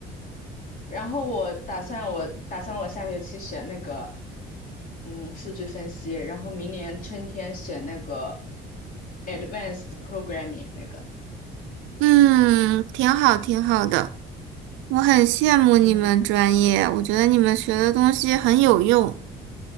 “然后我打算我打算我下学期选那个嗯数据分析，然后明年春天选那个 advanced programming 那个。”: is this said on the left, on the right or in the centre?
Left